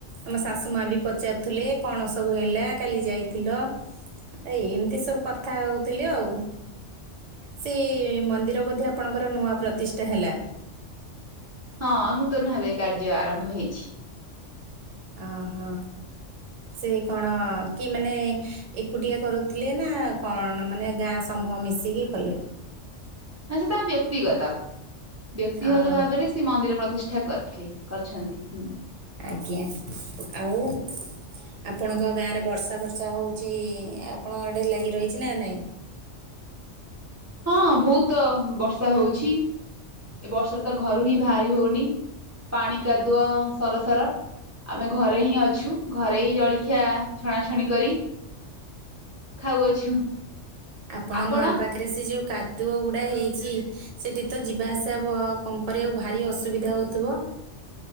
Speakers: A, on the right; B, on the right.
A: ଆମ ଶାଶୁ ମା ବି ପଚାରୁଥିଲେ କଣ ସବୁ ହେଲା କାଲି ଯାଇଥିଲ ଏ ଏମିତି ସବୁ କଥା ହଉଥିଲି ଆଉ। ସେ ମନ୍ଦିର ବୋଧ ଆପଣଙ୍କର ନୂଆ ପ୍ରତିଷ୍ଠା ହେଲା।
B: ହଁ ନୂତନ ଭାବେ କାର୍ଯ୍ୟ ଆରମ୍ଭ ହେଇଛି।
A: ଓ ହୋ। ସେ କଣ କି ମାନେ ଏକୁଟିଆ କରୁଥିଲେ ନା କଣ ମାନେ ଗାଁ ସମହ ମିଶିକି କଲେ।
B: ନା ସେ ତା ବ୍ୟକ୍ତିଗତ ବ୍ୟକ୍ତିଗତ
A: ଅ
B: ଭାବରେ ସେ ମନ୍ଦିର ପ୍ର ପ୍ରତିଷ୍ଠା କରିଥିଲି କରିଛନ୍ତି ହୁଁ।
A: ଆଜ୍ଞା ଆଉ ଆପଣଙ୍କ ଗାଁରେ ବର୍ଷା ବର୍ଷା ହେଉଛି ଆପଣଙ୍କ ଗଡ଼େ ଲାଗି ରହିଛି ନା ନାହିଁ।
B: ହଁ ବହୁତ ବର୍ଷା ହଉଛି। ଏ ବର୍ଷରେ ତ ଘରୁ ହିଁ ଭାରି ହଉନି ପାଣି କାଦୁଅ ସରସର। ଆମେ ଘରେ ହିଁ ଅଛୁ ଘରେ ହିଁ ଜଳଖିଆ ଛଣାଛଣି କରି ଖାଉଅଛୁ।
A: ଆପଣଙ୍କ
B: ଆପଣ
A: ଘର ପାଖରେ ସେ ଯୋଉ କାଦୁଅ ଗୁଡ଼ା ହେଇଛି ସେଇଠି ତ ଯିବା ଆସିବା କଣ କରିବାକୁ ଭାରି ଅସୁବିଧା ହେଉଥିବ।